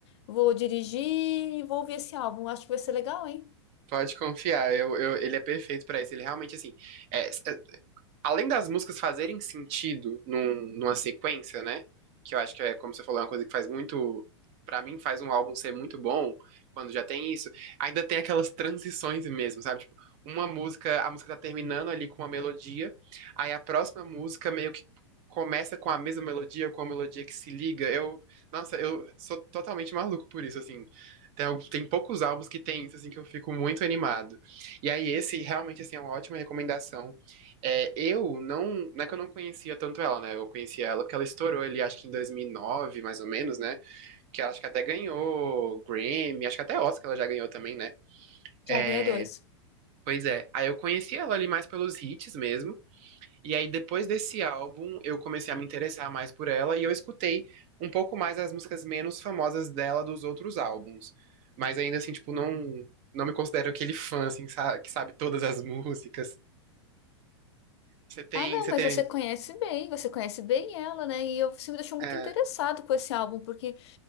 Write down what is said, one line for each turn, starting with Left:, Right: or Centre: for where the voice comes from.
Left: Vou dirigir e vou ouvir esse álbum. Acho que vai ser legal, hein?
Right: Pode confiar, eu, eu- ele é perfeito pra isso. Ele realmente, assim, é, é, além das músicas fazerem sentido num- numa sequência, né? Que eu acho que é, como você falou, é uma coisa que faz muito. Pra mim, faz um álbum ser muito bom quando já tem isso. Ainda tem aquelas transições mesmo, sabe? Tipo, uma música, a música tá terminando ali com uma melodia, aí a próxima música meio que começa com a mesma melodia, ou com a melodia que se liga. Eu, nossa, eu sou totalmente maluco por isso, assim. Tem, al- tem poucos álbuns que tem isso, assim, que eu fico muito animado. E aí, esse realmente, assim, é uma ótima recomendação. É, eu não, não é que eu não conhecia tanto ela, né? Eu conhecia ela porque ela estourou ele, acho que em 2009 mais ou menos, né? Que ela acho que até ganhou Grammy, acho que até Oscar ela já ganhou também, né?
Left: Já
Right: É,
Left: ganhou dois.
Right: pois é. Aí eu conheci ela ali mais pelos hits mesmo. E aí depois desse álbum eu comecei a me interessar mais por ela e eu escutei um pouco mais as músicas menos famosas dela dos outros álbuns. Mas ainda assim, tipo, não, não me considero aquele fã, assim, sa- que sabe todas as músicas. Você tem,
Left: Ah, não,
Right: você
Left: mas
Right: tem.
Left: você conhece bem, você conhece bem ela, né? E eu, você me deixou muito
Right: é,
Left: interessado com esse álbum, porque